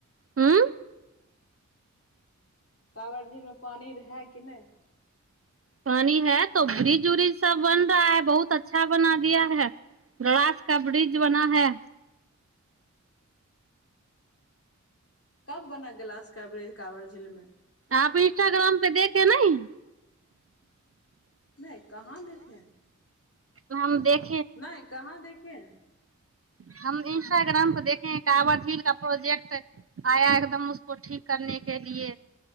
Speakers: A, on the right; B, on the left.
A: हुँ
B: कवड़ झील मे पानि है कि नहि
A: पानी है तो ब्रिज उ्रिज सब बन रहा है बहुत अच्छा बना दिया है गलास का ब्रिज बना है
B: कब बना गिलास कबरेज कवर झील मे
A: आप इंस्टाग्राम पे देखे नहिं
B: नहि कहाँ देखे
A: हम देख
B: नहि कहाँ देख के
A: हम इंस्टाग्राम पे देखे है कांवर झील का प्रोजेकट आया एकदम उसको ठीक करने के लिए